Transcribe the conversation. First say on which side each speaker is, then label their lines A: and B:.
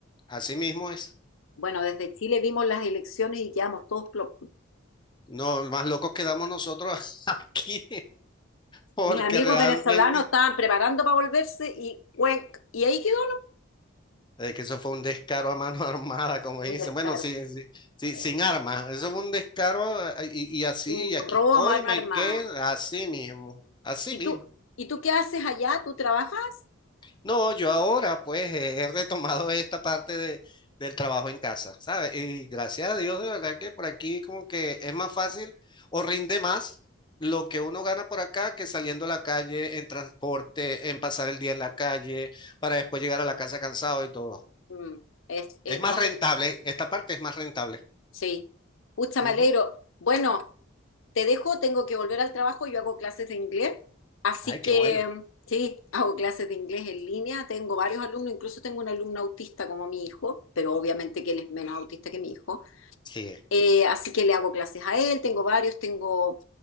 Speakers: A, on the left; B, on the left.
A: así mismo es.
B: Bueno, desde Chile vimos las elecciones y quedamos todos plo-
A: No, más locos quedamos nosotros <laughs> aquí, porque
B: Mis amigos
A: realmente
B: venezolanos estaban preparando para volverse y cuenc, y ahí quedó
A: eh, que eso fue un descaro a mano <laughs> armada, como
B: ¿no?
A: dicen.
B: un descaro,
A: Bueno, sí, sí, sí,
B: eh,
A: sin armas. Eso fue un descaro eh, y, y así,
B: un
A: y aquí
B: robo
A: estoy,
B: a mano
A: me
B: armada.
A: quedé así mismo, así
B: ¿Y
A: mismo.
B: tú, y tú qué haces allá? ¿Tú trabajas?
A: No, yo ahora pues he retomado esta parte de, del trabajo en casa, ¿sabes? Y gracias a Dios, de verdad que por aquí como que es más fácil o rinde más lo que uno gana por acá que saliendo a la calle en transporte, en pasar el día en la calle, para después llegar a la casa cansado y todo.
B: Mm, es, eh,
A: Es más
B: no
A: rentable,
B: hay,
A: esta parte es más rentable.
B: sí. Pucha,
A: Ujú.
B: me alegro. Bueno, te dejo, tengo que volver al trabajo, yo hago clases de inglés, así
A: Ay,
B: que
A: qué bueno.
B: sí, hago clases de inglés en línea, tengo varios alumnos, incluso tengo un alumno autista como mi hijo, pero obviamente que él es menos autista que mi hijo.
A: Sí,
B: Eh, así que le hago clases a él, tengo varios, tengo,